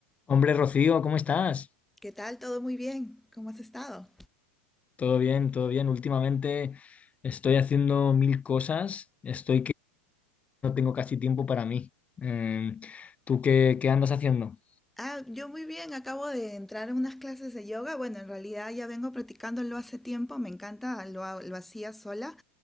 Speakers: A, on the left; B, in the centre.
A: Hombre, Rocío, ¿cómo estás?
B: ¿Qué tal? ¿Todo muy bien? ¿Cómo has estado?
A: Todo bien, todo bien. Últimamente estoy haciendo mil cosas, estoy que no tengo casi tiempo para mí. Eh, ¿tú qué, qué andas haciendo?
B: Ah, yo muy bien. Acabo de entrar en unas clases de yoga. Bueno, en realidad ya vengo practicándolo hace tiempo. Me encanta, lo, ha- lo hacía sola,